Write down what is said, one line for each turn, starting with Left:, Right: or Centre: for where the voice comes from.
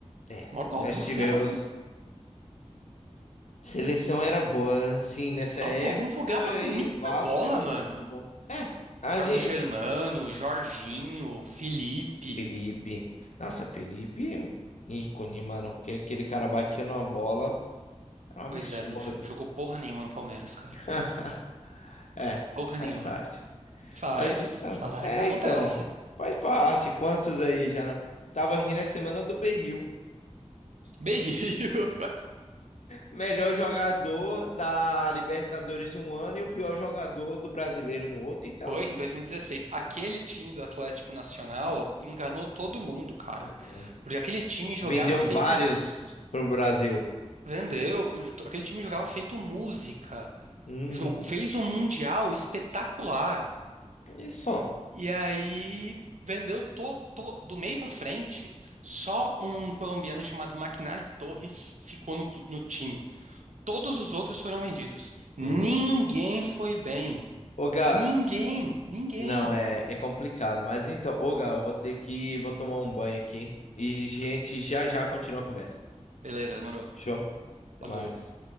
Left: É,
Right: Mauro Galvão
Left: nós tivemos
Right: jogava, mu-
Left: Seleção era boa, assim, nessa
Right: Mauro
Left: época,
Right: Galvão jogava
Left: e
Right: muita
Left: Vasco
Right: bola,
Left: era
Right: mano.
Left: muito bom. É, a
Right: Carlos
Left: gente.
Right: Germano, Jorginho, Felipe.
Left: Felipe. Nossa, Felipe, ícone, mano, porque aquele cara batia numa bola, era um absurdo.
Right: Pois é, não jo- jogou porra nenhuma no Palmeiras, cara.
Left: <laughs> É,
Right: Porra
Left: faz
Right: nenhuma.
Left: parte.
Right: Faz,
Left: Mas então,
Right: faz,
Left: é,
Right: acontece.
Left: então, faz parte. Quantos aí já não... Tava rindo a semana do Berril.
Right: Berrio.
Left: Melhor jogador da Libertadores de um ano e o pior jogador do brasileiro no outro.
Right: <laughs>
Left: Então,
Right: Foi em 2016. Aquele time do Atlético Nacional enganou todo mundo, cara.
Left: todo mundo.
Right: Porque aquele time jogava
Left: Vendeu
Right: feito.
Left: vários pro Brasil.
Right: Vendeu. Aquele time jogava feito música.
Left: Uhum.
Right: Jogo, fez um mundial espetacular.
Left: E só.
Right: E aí vendeu todo do meio pra frente, só um colombiano chamado McNally Torres ficou no, clu- no time. Todos os outros foram vendidos. Ninguém
Left: Hum. nossa.
Right: foi bem.
Left: Ô, Gá,
Right: Ninguém, ninguém.
Left: não, é, é complicado. Mas então, ô, Gá, eu vou ter que, vou tomar um banho aqui. E, gente, já já continua a conversa.
Right: Beleza, demorou.
Left: Fechou? Até
Right: Falou.
Left: mais.